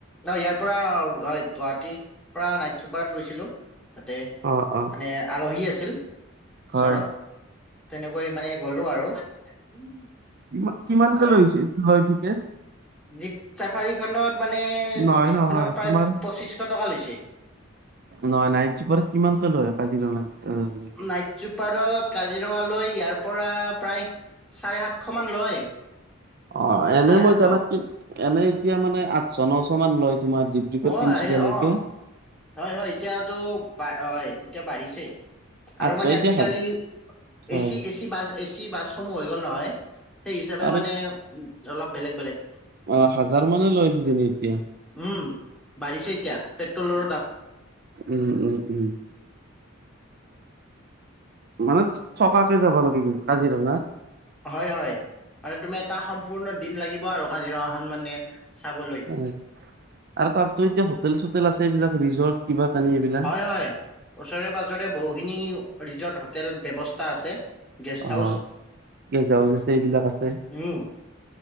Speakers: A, in the centre; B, on the right.
A: অ ইয়াৰ পৰা হয় গুৱাহাটীৰ পৰা নাইট চুপাৰত গৈছিলো তাতে।
B: অ অ।
A: এ আলহী আছিল
B: হয়
A: চৰত। তেনেকৈ মানে গলো আৰু <unintelligible>
B: কিমান কিমানকে
A: হয়
B: লৈছে লয় ঠিকে
A: জীপ চাফাৰী খনত মানে জীপ
B: নহয় নহয়
A: খনত প্ৰায়
B: তোমাৰ
A: পঁচিশ টকা লৈছে।
B: নহয় নাইট চুপাৰত কিমান কে লয় এটা দিৰনাত? অ সেনেকে
A: নাইট চুপাৰত কাজিৰঙা লৈ ইয়াৰ পৰা প্ৰায় চাৰে সাতশমান লয়।
B: অ এনে
A: চাৰে
B: মই
A: সাতশ
B: জানাত কি এনে এতিয়া মানে আঠশ নশ মান লয়, তোমাৰ দি বিপল
A: অ
B: তিনিচুকিয়া
A: এ
B: লৈকে।
A: অ হয় হয় এতিয়াতো বা হয় এতিয়া বাঢ়িছে। আৰু
B: আঠশ
A: মানে
B: এতিয়া
A: আজিকালি
B: হাজাৰ হয়
A: এচি এচ- এচি বাছ এচি বাছসমূহ হৈ গ'ল নহয় সেই হিচাপে
B: আৰু
A: মানে উ' অলপ বেলেগ-বেলেগ।
B: অ' হাজাৰ মানে লয় কিজানি এতিয়া
A: উম, বাঢ়িছে এতিয়া পেট্ৰলৰ
B: উম-উম-উম, মানে থকাকে যাব লাগি গল কাজিৰঙা।
A: হয়-হয় মানে তুমি এটা সম্পূৰ্ণ দিন লাগিব আৰু কাজিৰঙাখন মানে চাবলৈ।
B: হয় আৰু তাততো এতিয়া হোটেল চোটেল আছে এইবিলাক ৰিজৰ্ট কিবা কানি এইবিলাক-
A: হয়-হয় ওচৰে পাজৰে বহুখিনি ৰিজৰ্ট হোটেল ব্যৱস্থা আছে। গেষ্ট
B: অ',
A: হাউচ
B: গেজহাউজ আছে এইবিলাক আছে-
A: উম